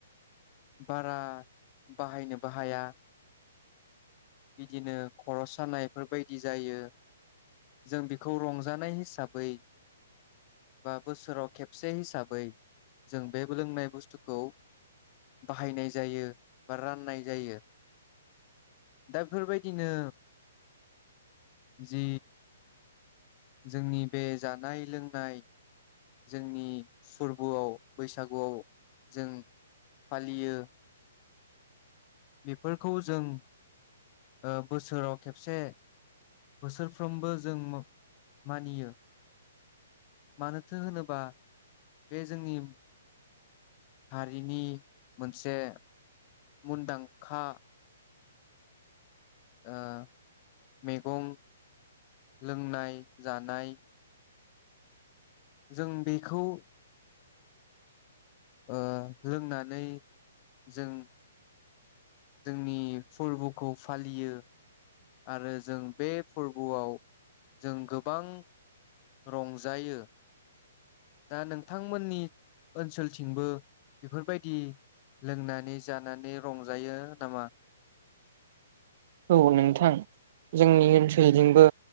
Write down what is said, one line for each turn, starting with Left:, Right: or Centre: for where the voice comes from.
Left: बारा बाहायनोबो हाया बिदिनो खर सानायफोरबायदि जायो। जों बेखौ रंजानाय हिसाबै बा बोसोराव खेबसे हिसाबै जों बे लोंनाय बुस्थुखौ बाहायनाय जायो बा राननाय जायो। दा बेफोरबायदिनो जि जोंनि बे जानाय लोंनाय जोंनि फोरबोआव बैसागुआव जों फालियो। बेफोरखौ जों ओ बोसोराव खेबसे बोसोरफ्रोमबो जों मोब मानियो मानोथो होनोबा बे जोंनि हारिनि मोनसे मुनदांखा ओ मेगं लोंनाय जानाय जों बेखौ ओ लोंनानै जों नि फोरबोखौ फालियो। आरो जों बे फोरबोआव जों गोबां रंजायो। दा नोंथांमोननि ओनसोलथिंबो बेफोरबायदि लोंनानै जानानै रंजायो नामा?
Right: औ नोंथां जोंनि ओनसोलजोंबो